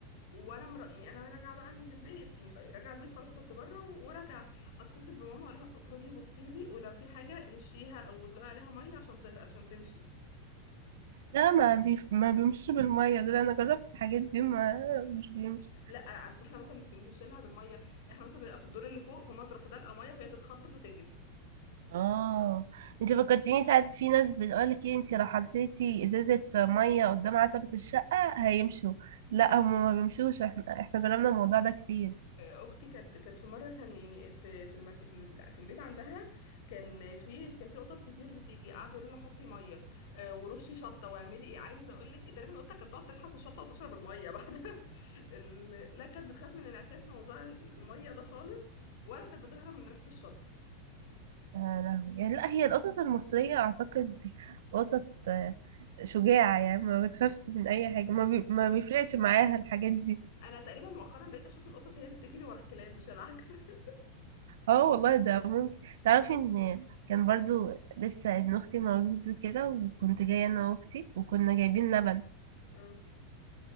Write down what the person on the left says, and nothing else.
وانا مر... يعني انا راجعه بقى من البيت يعني خ- راجعه البيت خلاص كنت بره و- وراجعه اتصل بماما اقول لها اخرجي بصي لي ولو في حاجه هشيها او ادلقي عليها ميه عشان ته... عشان تمشي
لا اصل احنا مثلا مش بنهش لها بالميه احنا مثلا بنبقى في الدور اللي فوق فما تروح دلقه ميه فهي تتخض فتجري
اختي كانت كانت في مره كان يعني في في المك... في ال- في البيت عندها كان في كان في قطط كتير بتيجي قعدوا يقولوا لها حطي ميه آه، ورشي شطه واعملي ايه عايزه اقول لك تقريبا القطه كانت بتقعد تلحس الشطه وتشرب الميه بعدها <laughs> ال... لا كانت بتخاف من انعكاس موضوع الميه ده خالص ولا كانت بتهرب من ريحه الشطه
انا تقريبا مؤخرا بقيت اشوف القطط هي اللي بتجري ورا الكلاب مش العكس <laughs>
اه